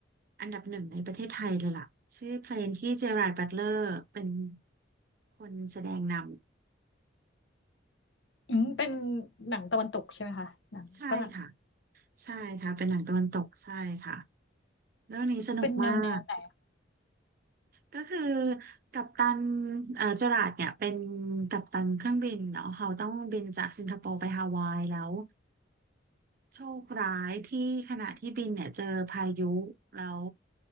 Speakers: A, on the right; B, on the left.
A: อันดับหนึ่งในประเทศไทยเลยล่ะชื่อเพลงที่เจอราร์ดบัตเลอร์เป็นคนแสดงน
B: อืมเป็นหนังตะวันตกใช่ไหมคะหนังฝรั่ง
A: ำใช่ค่ะใช่ค่ะเป็นหนังตะวันตกใช่ค่ะเรื่องนี้สนุกมาก
B: เป็นแนวแนวไหน
A: ก็คือกัปตันเอ่อเจอราร์ดเนี่ยเป็นกัปตันเครื่องบินเนาะเขาต้องบินจากสิงคโปร์ไปฮาวายแล้ว โชคร้ายที่ขณะที่บินเนี่ยเจอพายุแล้ว